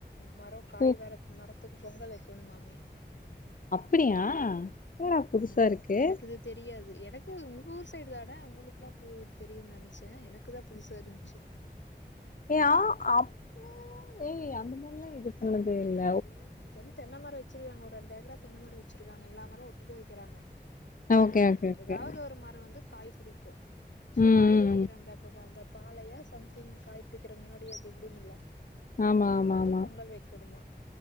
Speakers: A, on the left (about 85°); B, on the left (about 50°).
A: மரொ காய்
B: ஓ
A: வரத்து மர துக்கு பொங்கல் வைக்கணுமாமே
B: அப்படியா என்னடா புதுசா
A: ஆமா
B: இருக்கு
A: எனக்கிது தெரியாது எனக் உங்க ஊர் சைடு தான உங்களுக்குல்லா பு தெரியும்னு நெனச்ச எனக்குதா புதுசா இருந்துச்சு
B: <unintelligible> ஏ அந்த மாதிரிலாம் இது பண்ணதே இல்ல
A: இது வந்து தென்னை மரம் வச்சிருக்காங்க ஒரு ரெண்டு ஏக்கரா தென்னைமரம் வச்சிருக்காங்க எல்லா மரம் ஒட்டுகா வைக்கிறாங்க அஹ்
B: ஓகே ஓகே ஓகே
A: ஏதாவது ஒரு மரம் வந்து காய்க் புடிக்கும் சோ
B: ம் ம்
A: காய் <unintelligible>
B: ம்
A: பாளையா சம்திங் காய் புடிக்கிறதுக்கு முன்னாடி அது விடுமில்ல
B: ஆமா
A: அப்ப
B: ஆமா
A: வந்து
B: ஆமா
A: பொங்கல் வைக்கணுமா <unintelligible> அ